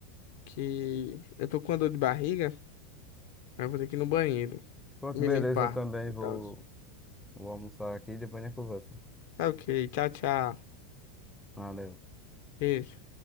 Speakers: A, on the left; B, in the centre.
A: que eu tô com uma dor de barriga. Aí eu vou ter que ir no banheiro,
B: Pronto,
A: me
B: beleza.
A: limpar
B: Eu também
A: e
B: vou,
A: tal.
B: vou almoçar aqui e depois a gente conversa.
A: Tá ok, tchau, tchau.
B: Valeu.
A: Beijo.